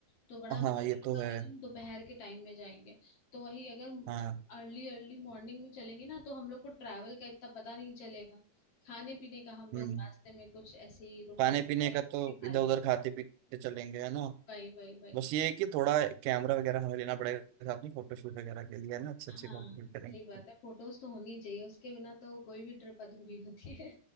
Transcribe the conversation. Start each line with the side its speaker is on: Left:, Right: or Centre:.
Left: तो बड़ा मुश्किल
Right: हाँ ये
Left: होगा
Right: तो
Left: अगर
Right: है
Left: हम दोपहर के टाइम में जाएंगे तो वही अगर
Right: हाँ
Left: अर्ली अर्ली मॉर्निंग में चलेंगे ना तो हम लोग को ट्रैवल का इतना पता नहीं चलेगा खाने पीने का हम लोग
Right: हम्म
Left: रास्ते में कुछ ऐसे ही रुक
Right: खाने
Left: रुक के
Right: पीने का
Left: कुछ
Right: तो
Left: भी खा
Right: इधर
Left: ले
Right: उधर खाते पीते चलेंगे है ना
Left: वही वही वही
Right: बस ये है कि थोड़ा कैमरा वगैरह हमें लेना पड़ेगा साथ में फोटोशूट वगैरह के लिए है ना अच्छे
Left: हाँ
Right: अच्छे फोटो शूट करेंगे
Left: सही बात है फोटोज तो होनी चाहिए उसके बिना तो कोई भी ट्रिप अधूरी होती है